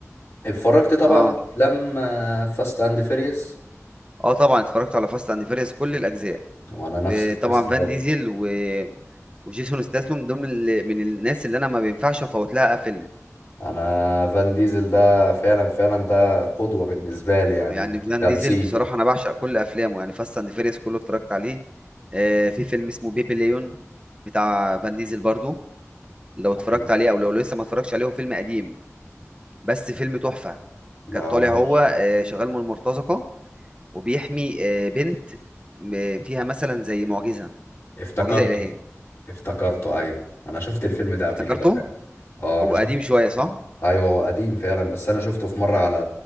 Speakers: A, on the left; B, on the right.
A: اتفرجت طبعا
B: اه
A: على افلام فاست اند فيريوس
B: اه طبعا اتفرجت على فاست اند فيريوس كل الاجزاء
A: وانا نفس
B: ب-
A: القصه
B: طبعا فان
A: برضه
B: ديزل و وجيسون ستاثام من ضمن ال- من الناس اللي انا ما بينفعش افوت لها فيلم
A: انا فان ديزل ده فعلا فعلا ده قدوه بالنسبه لي يعني
B: يعني فان
A: تمثيل
B: ديزل بصراحه انا بعشق كل افلامه يعني فاست اند فيريس كله اتفرجت عليه آه في فيلم اسمه بيبي ليون بتاع فان ديزل برضو لو اتفرجت
A: ايوه
B: عليه او لو لسه ما اتفرجتش عليه هو فيلم قديم بس فيلم تحفه
A: لا
B: كان طالع
A: انا مش
B: هو آه شغال من المرتزقه وبيحمي آه بنت م- فيها مثلا زي معجزه
A: افتكرته
B: معجزه الهيه
A: افتكرته ايوه انا شفت الفيلم ده قبل
B: افتكرته
A: كده فعلا اه انا
B: هو
A: شفت
B: قديم شويه صح
A: ايوه هو قديم فعلا بس انا شفته في مره على